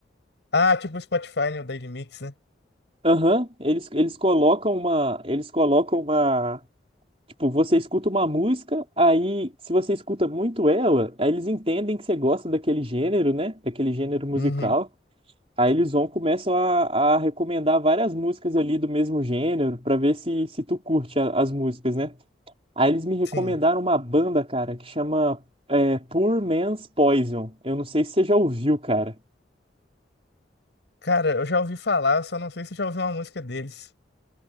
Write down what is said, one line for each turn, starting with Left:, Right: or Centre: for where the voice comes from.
Left: Ah, tipo o Spotify, né? O Daily Mix, né?
Right: Aham, eles, eles colocam uma, eles colocam uma, tipo, você escuta uma música, aí se você escuta muito ela, aí eles entendem que você gosta daquele gênero, né? Daquele gênero musical.
Left: Uhum.
Right: Aí eles vão começam a, a recomendar várias músicas ali do mesmo gênero pra ver se, se tu curte a- as músicas, né? Aí eles me recomendaram
Left: Sim.
Right: uma banda, cara, que chama é, Poor Man's Poison. Eu não sei se você já ouviu, cara.
Left: Cara, eu já ouvi falar, só não sei se eu já ouvi uma música deles.